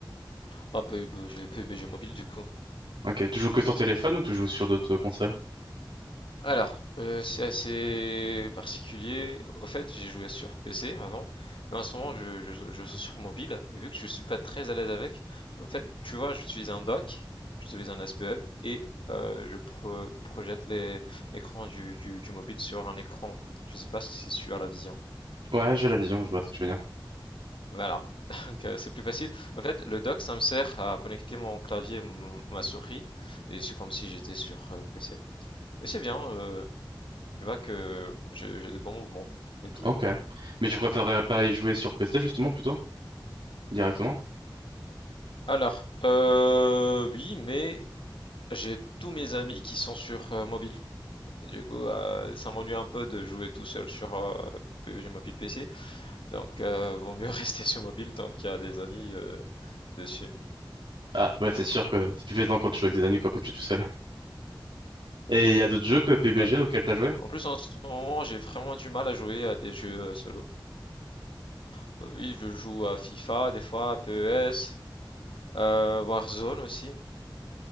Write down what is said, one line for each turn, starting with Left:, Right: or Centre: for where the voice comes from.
Left: Pas PUBG, j'ai PUBG mobile du coup.
Right: Ok, tu joues que sur téléphone ou tu joues sur d'autres consoles?
Left: Alors, heu, c'est assez particulier. Au fait, j'ai joué sur PC avant, mais en ce moment je je joue je joue sur mobile et vu que je suis pas très à l'aise avec, au fait, tu vois, j'utilise un dock, j'utilise un SPUB et heu, je pro projette les l'écran du du du mobile sur un écran. Je sais pas si tu as la vision.
Right: Ouais, j'ai la vision, je vois ce que tu veux dire.
Left: Voilà, <laughs> donc heu, c'est plus facile. En fait, le dock, ça me sert à connecter mon clavier, m ma souris et c'est comme si j'étais sur, heu, PC et c'est bien, heu Je vois que j'ai j'ai de bons mouvements et tout.
Right: Ok. Mais tu préférerais pas y jouer sur PC justement plutôt? Directement?
Left: Alors, euh, oui, mais j'ai tous mes amis qui sont sur euh, mobile. Du coup, euh, ça m'ennuie un peu de jouer tout seul sur euh, PUBG Mobile PC. Donc, euh, vaut mieux <laughs> rester sur mobile tant qu'il y a des amis euh, dessus.
Right: Ah, ouais, c'est sûr que c'est plus plaisant quand tu joues avec tes amis, quoi, quand tu es tout seul. Et il y a d'autres jeux que PUBG
Left: Ouais.
Right: auxquels t'as joué?
Left: En plus, en ce moment, j'ai vraiment du mal à jouer à des jeux euh, solo. Bah oui, je joue à FIFA des fois, à PES, euh, Warzone aussi.